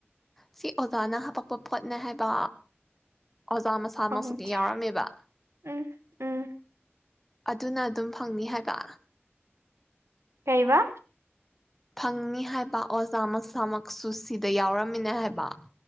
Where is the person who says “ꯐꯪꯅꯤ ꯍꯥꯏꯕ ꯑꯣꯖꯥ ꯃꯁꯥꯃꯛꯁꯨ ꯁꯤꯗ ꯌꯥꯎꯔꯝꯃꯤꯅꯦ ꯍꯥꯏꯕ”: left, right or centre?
Centre